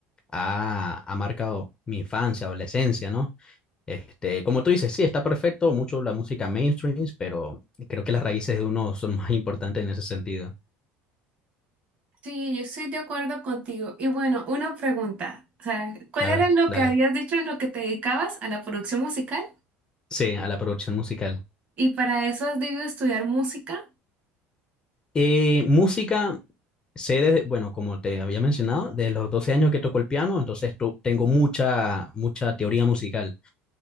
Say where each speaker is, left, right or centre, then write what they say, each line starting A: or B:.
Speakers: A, on the left (about 15°); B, on the right (about 30°).
A: ha, ha marcado mi infancia, adolescencia, ¿no? Este, como tú dices, sí, está perfecto, mucho la música mainstream, pero creo que las raíces de uno son más importantes en ese sentido.
B: Sí, yo estoy de acuerdo contigo. Y bueno, una pregunta. O sea, ¿cuál
A: A
B: era
A: ver,
B: lo
A: dale.
B: que habías dicho en lo que te dedicabas a la producción musical?
A: Sí, a la producción musical.
B: ¿Y para eso has debido estudiar música?
A: Eh, música sé, desde- bueno, como te había mencionado, de los 12 años que toco el piano, entonces to- tengo mucha, mucha teoría musical.